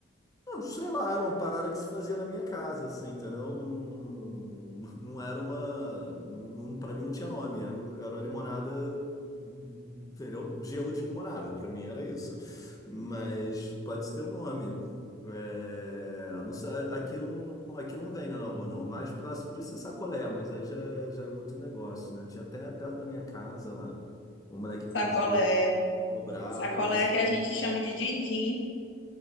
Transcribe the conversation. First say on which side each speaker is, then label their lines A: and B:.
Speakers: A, on the left; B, on the left.
A: Não, sei lá, era uma parada que se fazia na minha casa, assim, entendeu? Não, <laughs> não era uma. Não, pra mim não tinha nome, era, era limonada, entendeu? Gelo de limonada, pra mim era isso. Mas pode ter um nome. É, não sei, aqui não, aqui não vem, né, na rua, não. O Mais próximo disso é sacolé, mas aí já, é- já é outro negócio, né? Tinha até perto da minha casa lá, um moleque vendia
B: Sacolé.
A: de cobrado,
B: Sacolé
A: aí descia.
B: é que a gente chama de din-din.